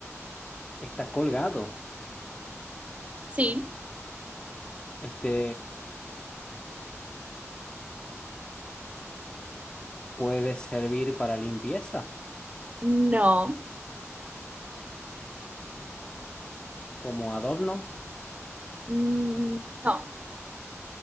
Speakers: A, on the left (about 20°); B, on the right (about 25°).
A: Está colgado.
B: Sí.
A: Este puede servir para limpieza,
B: No.
A: como adorno.
B: Mm, No.